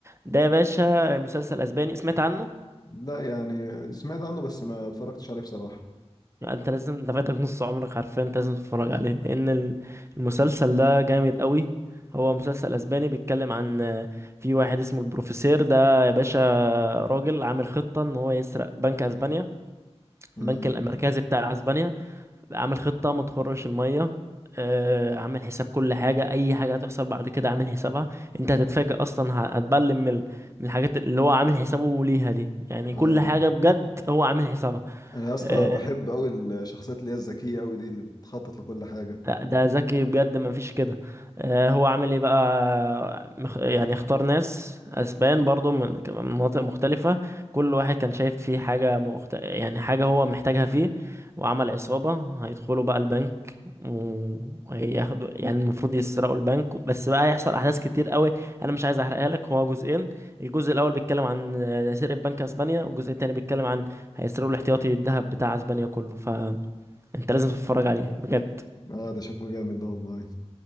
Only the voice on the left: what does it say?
لا يعني سمعت عنه بس ما اتفرجتش عليه بصراحة
امم
اه
انا يا اسطى
بحب قوي الشخصيات اللي هي الذكية قوي دي اللي بتخطط لكل حاجة
اه ده شكله جامد ده والله